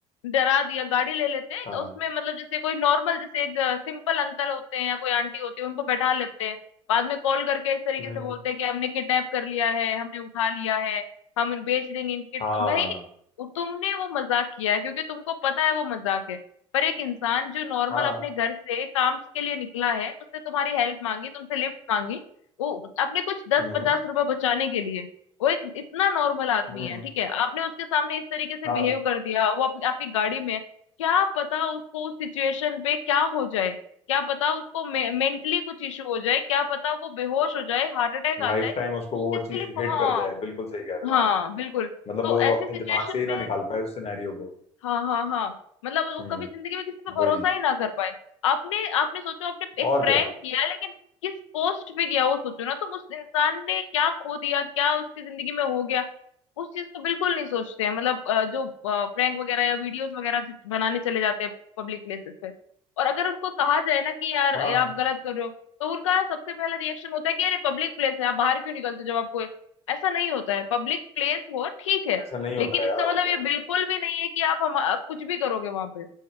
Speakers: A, on the left; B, on the left.
A: डरा दिया गाड़ी ले लेते हैं
B: हाँ
A: उसमें मतलब जैसे कोई नॉर्मल जैसे एक सिंपल अंकल होते हैं या कोई आंटी होती है उनको बैठा लेते हैं बाद में कॉल करके इस तरीके
B: हम्म
A: से बोलते हैं कि हमने किडनैप कर लिया है हमने उठा लिया है हम इन- बेच देंगे इनके
B: हाँ
A: भाई
B: हाँ हाँ
A: वो- तुमने वो मजाक किया है क्योंकि तुमको पता है वो मजाक है पर एक इंसान जो नॉर्मल
B: हाँ,
A: अपने घर से काम के लिए निकला है उसने तुम्हारी हेल्प मांगी तुमसे लिफ्ट मांगी वो अपने कुछ दस
B: हम्म
A: पचास रुपए बचाने के लिए वो एक इतना नॉर्मल आदमी
B: हम्म
A: है ठीक है आपने उसके सामने इस तरीके से
B: हाँ
A: बिहेव कर दिया वो अपनी आपकी गाड़ी में है क्या पता उसको उस सिचुएशन पे क्या हो जाए क्या पता उसको मे, मेंटली कुछ इशू हो जाए क्या पता वो बेहोश हो जाए हार्ट अटैक आ
B: लाइफ
A: जाए
B: टाइम उसको वो
A: जिसके
B: चीज
A: लिए
B: हिट
A: हाँ
B: कर जाए बिल्कुल सही कह रहे
A: हाँ
B: हो आप
A: बिल्कुल तो
B: मतलब वो
A: ऐसी
B: अपने
A: सिचुएशन
B: दिमाग से ही ना
A: में
B: निकाल पाए उस सिनेरियो को
A: हाँ हाँ हाँ मतलब वो
B: हम्म
A: कभी जिंदगी में किसी पे भरोसा
B: वही
A: ही ना कर पाए आपने आपने सोचो आपने एक
B: और
A: प्रैंक
B: क्या
A: किया लेकिन किस पोस्ट पे किया वो सोचो ना तुम उस इंसान ने क्या खो दिया क्या उसकी जिंदगी में हो गया उस चीज को बिल्कुल नहीं सोचते हैं मतलब अ, जो प्रैंक वगैरह या वीडियोस वगैरह जो बनाने चले जाते हैं पब्लिक प्लेसेस पे और अगर उनको कहा जाए ना कि यार
B: हाँ
A: ये आप गलत कर रहे हो तो उनका सबसे पहला रिएक्शन होता है कि यार ये पब्लिक प्लेस है आप बाहर क्यों निकलते हो जब आपको ये-" ऐसा नहीं होता है पब्लिक प्लेस हो ठीक है
B: ऐसा नहीं
A: लेकिन
B: होता है यार
A: इसका मतलब
B: और क्या
A: ये बिल्कुल भी नहीं है कि आप हम आप कुछ भी करोगे वहां पे